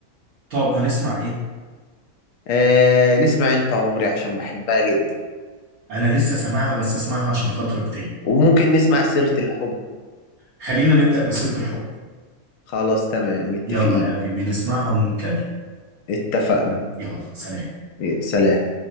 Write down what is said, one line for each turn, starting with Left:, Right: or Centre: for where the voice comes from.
Right: طب هنسمع إيه؟
Left: آه نسمع انت عمري عشان بحبها جدا
Right: أنا لسه سامعها بس أسمعها عشان خاطرك تاني
Left: وممكن نسمع سيره الحب
Right: خلينا نبدأ بسيرة الحب
Left: خلاص تمام متفقين
Right: يلا يا حبيبي نسمعها ونتكلم
Left: اتفقنا
Right: يلا سلام
Left: يا سلام